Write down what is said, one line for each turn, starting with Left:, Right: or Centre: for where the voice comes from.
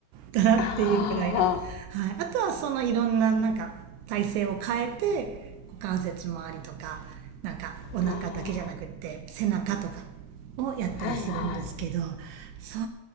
Right: かなっていうぐらいな。
Left: あ、
Right: はい。あとはそのいろんななんか体勢を変えて、股関節周りとか、なんかお腹だけじゃなくって背中とか
Left: あ
Right: をやったりするんですけど、
Left: あ、はいはい。
Right: そ